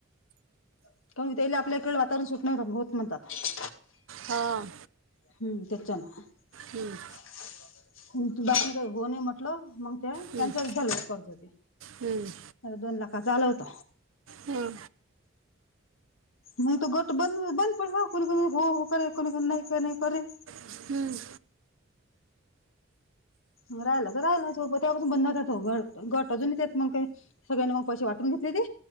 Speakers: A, on the left (about 75°); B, on the right (about 75°).
A: <unintelligible> त्याला आपल्याकडे वातावरण सुट नाही होत म्हणतात.
B: हां.
A: हं. तेच आहे म.
B: हम.
A: <unintelligible> काही हो नाही म्हटलं मग. ते
B: हम्म,
A: कॅन्सलच झालं कर्ज ते.
B: हम्म,
A: दोन लाखाच आल होत.
B: हं.
A: मग तो गट बंद बंद पडला. कोणी कोणी हो हो करे कोणी कोणी नाही कर नाही करे.
B: हम्म.
A: मग राहिल त राहिल ते. <unintelligible> बंद <unintelligible> अजून येत मग ते. सगळ्यांनी मग पैसे वाटून घेतले ते.